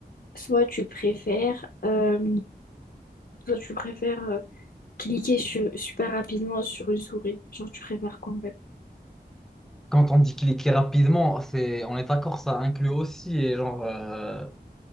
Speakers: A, on the left (about 65°); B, in the centre.
A: soit tu préfères, euh, soit tu préfères euh, cliquer su- super rapidement sur une souris? Genre, tu préfères quoi en fait?
B: Quand on dit cliquer rapidement, c'est, on est d'accord, ça inclut aussi et genre. euh,